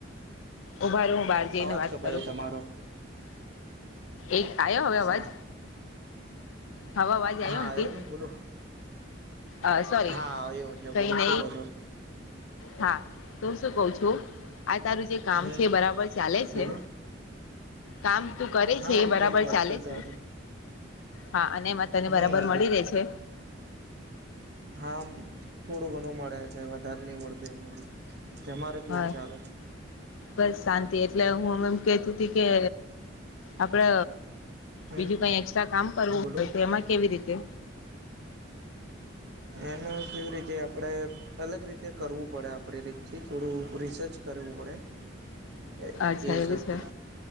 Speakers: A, on the left; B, on the right.
A: ઉભા રહો હું બહાર જઈને
B: અવાજ
A: વાત
B: કપાયો
A: કરું
B: તમારો.
A: એક આવ્યો હવે
B: સારુ
A: અવાજ હવે અવાજ આવ્યો
B: હા
A: અંકિત
B: એયો નને બોલો.
A: અ સોરી
B: હા આવ્યો છે
A: કઈ
B: બોલો
A: નહ
B: શું કહો છો
A: હા તો શું કવ છું. આ તારું જે કામ
B: હમ
A: છે બરાબર ચાલે છે
B: બોલો
A: કામ તું કર.
B: હા
A: એ બરાબર
B: એકદમ પરફેક્ટ
A: ચાલે છે
B: આપડે
A: હા અને એમાં તને
B: હમ
A: બરાબર મળી રહે છે.
B: હામ થોડું ઘણું મળે કઈ વધારે નહી મળતું એમાં બી તમારે કેવું
A: હા
B: ચાલે.
A: બસ શાંતિ એટલે હુંમ એમ કેતી ત કે. આપડે
B: હમ
A: બીજું કઈ એકક્સ્ટ્રા કામ કરવું
B: બોલો
A: હોય તો એમાં કેવી રીતે.
B: એનું કેવી રીતે આપણે. અલગ રીતે કરવું પડે આપણી રીતથી થોડું રિસર્ચ કરવું પડે. એ
A: અચ્છા
B: હિસાબથી
A: એવી છે